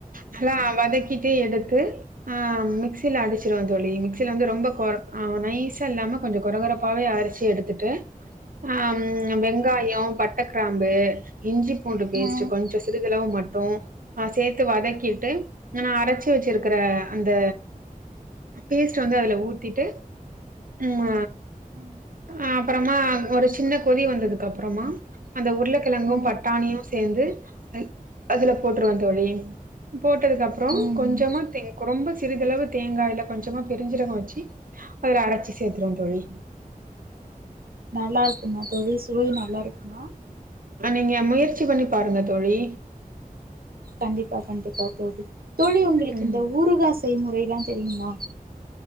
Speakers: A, on the right; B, on the right.
A: அதல்லா‌ வதக்கிட்டு எடுத்து ஆ மிக்சில அடிச்சிருவ தோழி மிக்சில வந்து ரொம்ப கொற ஆ நைஸ் ச்ச இல்லாம கொஞ்ச கொர கொரப்பாவே அரச்சு எடுத்துட்டு ஆ ம் வெங்காயோ பட்ட கிராம்பு இஞ்சி பூண்டு பேஸ்ட்டு
B: ம்
A: கொஞ்ச சிறு தளவு மட்டு ஆ சேத்து
B: ம்
A: வதக்கிட்டு நா அரச்சு வச்சிருக்கற அந்த பேஸ்ட்ட வந்து அதுல ஊத்திட்டு ம்ம
B: ம்
A: அ அப்றமா ஒரு சின்ன கொதி வந்ததுக்கு அப்றமா அந்த உருளக்கெழங்கு
B: ம்
A: பட்டாணியு சேந்து அதுல போட்டுருவ தோழி போட்டதுக்கு அப் ப்றோ
B: ம்ஹும்
A: கொஞ்சமா தே கொரொம்ப சிறிதளவு தேங்காய்ல கொஞ்சமா பெருஞ்சீரகோ வச்சி அதுல அரச்சு சேத்ருவ தோழி
B: நல்லா இருக்குமா தோழி சுவை நல்லா இருக்குமா
A: நீங்க முயற்சி பண்ணி பாருங்க தோழி
B: கண்டிப்பா கண்டிப்பா தோழி தோழி உங்களுக்கு
A: ம்
B: இந்த ஊறுகா செய்முறைல்லா தெரியுமா